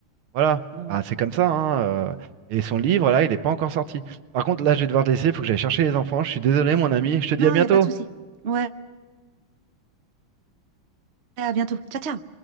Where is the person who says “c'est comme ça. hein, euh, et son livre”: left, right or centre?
Right